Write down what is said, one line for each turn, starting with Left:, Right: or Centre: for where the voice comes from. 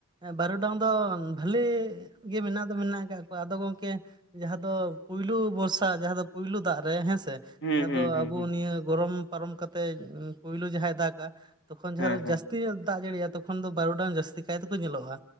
Right: ᱵᱟᱹᱨᱩᱰᱟᱝ ᱫᱚ ᱵᱷᱟᱹᱞᱤ ᱜᱮ ᱢᱮᱱᱟᱜ ᱫᱚ ᱢᱮᱱᱟᱜ ᱟᱠᱟᱫ ᱠᱚᱣᱟ ᱟᱫᱚ ᱜᱚᱢᱠᱮ ᱡᱟᱦᱟᱸ ᱫᱚ ᱯᱩᱭᱞᱩ ᱵᱚᱨᱥᱟ ᱡᱟᱦᱟᱸ ᱫᱚ ᱯᱩᱭᱞᱩ ᱫᱟᱜ ᱨᱮ ᱦᱮᱸᱥᱮᱼᱼ
Left: ᱦᱩᱸ
Right: ᱡᱟᱦᱟᱸ
Left: ᱦᱩᱸ
Right: ᱫᱚ
Left: ᱦᱩᱸ
Right: ᱟᱵᱚ
Left: ᱦᱩᱸ
Right: ᱱᱤᱭᱟᱹ ᱜᱚᱨᱚᱢ ᱯᱟᱨᱚᱢ ᱠᱟᱛᱮᱜ ᱯᱳᱭᱞᱳ ᱡᱟᱦᱟᱸᱭ ᱫᱟᱜ ᱟᱠᱟ -ᱟ ᱾ ᱛᱚᱠᱷᱚᱱ ᱡᱟᱦᱟᱸ
Left: ᱦᱮᱸ
Right: ᱫᱚ
Left: ᱦᱮᱸ
Right: ᱡᱟᱹᱥᱛᱤ ᱧᱚᱜ ᱫᱟᱜ ᱡᱟᱹᱲᱤᱼᱟ ᱛᱚᱠᱷᱚᱱ ᱫᱚ ᱵᱟᱨᱩᱰᱟᱝ ᱡᱟᱹᱥᱛᱤ ᱠᱟᱭ ᱛᱮᱠᱚ ᱧᱮᱞᱚᱜᱼᱟ